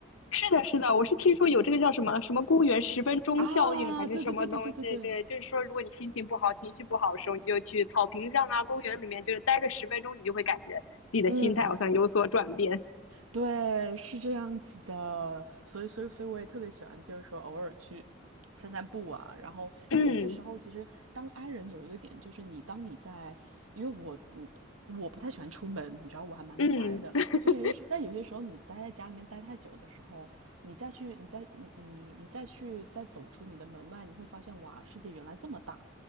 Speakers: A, on the left (about 80°); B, on the right (about 85°).
A: 是的，是的，我是听说有这个叫什么什么公园十分钟效应还是什么东西？
B: 啊，对对对对对对对，
A: 对，就是说，如果你心情不好、情绪不好的时候，你就去草坪上啊、公园里面，就是待个十分钟，你就会感觉自己的心态好像有所转变。
B: 嗯对，是这样子的，所以，所以，所以我也特别喜欢，就是说偶尔去散散步啊。然后，
A: 嗯
B: 因为有些时候，其实当 I 人有一个点，就是你当你在，因为我嗯我不太喜欢出门，你知道我还蛮宅的，
A: 嗯，<laughs>
B: 所以就是，但有些时候你待在家里面待太久的时候，你再去，你再你你你再去再走出你的门外，你会发现哇，世界原来这么大。